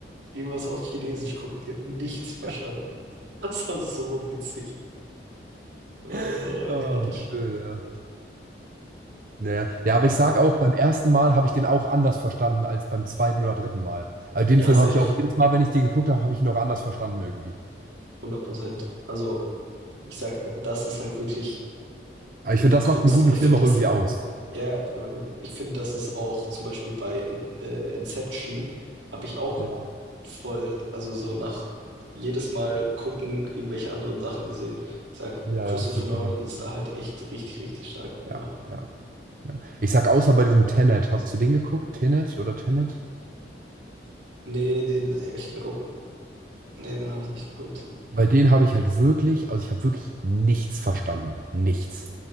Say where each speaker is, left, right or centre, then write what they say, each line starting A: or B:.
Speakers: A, on the right; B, on the right.
A: irgendwas auf Chinesisch gucken. Die hat nichts verstanden.
B: Ja.
A: <laughs> Das war so witzig. Oh,
B: <laughs> Oh,
A: herrlich.
B: schön, ja. Naja. Ja,
A: Ja,
B: Ja, aber ich sag auch, beim ersten Mal habe ich den auch anders verstanden als beim zweiten oder dritten Mal. Also den
A: ja,
B: Film
A: safe,
B: habe ich auch jedes Mal, wenn ich den geguckt habe, habe ich ihn noch anders verstanden irgendwie.
A: hundert Prozent Also, ich sag, das ist halt wirklich
B: Aber
A: so
B: ich finde,
A: die
B: das
A: Kunst.
B: macht einen guten
A: Ich
B: Film
A: finde
B: auch
A: das.
B: irgendwie aus.
A: Ja, du, ich finde, das ist auch zum Beispiel bei In- äh, Inception, habe ich auch
B: Ja,
A: voll, also so nach jedes Mal gucken, irgendwelche anderen Sachen gesehen. Ich sag,
B: ja,
A: Christopher
B: ja, auf jeden
A: Nolan
B: Fall.
A: ist da halt echt richtig, richtig stark drin,
B: Ja,
A: ne?
B: ja, ja. Ich sag, außer bei diesem Tenet, hast du den geguckt? Tenet oder Tenet?
A: Nee, den, ja, ich glaube, nee, den habe ich nicht geguckt.
B: Bei denen habe ich halt wirklich, also ich habe wirklich nichts verstanden. Nichts.